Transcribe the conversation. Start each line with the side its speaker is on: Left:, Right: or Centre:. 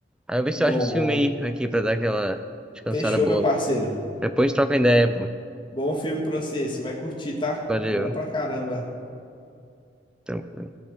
Centre: Aí eu ver se
Left: Bom,
Centre: eu acho esse
Left: bom.
Centre: filme aí aqui pra dar aquela descansada
Left: Fechou,
Centre: boa.
Left: meu parceiro.
Centre: Depois troca ideia, pô.
Left: Bom filme pra você, você vai curtir, tá?
Centre: Valeu.
Left: Bom pra caramba.
Centre: Tranquilo.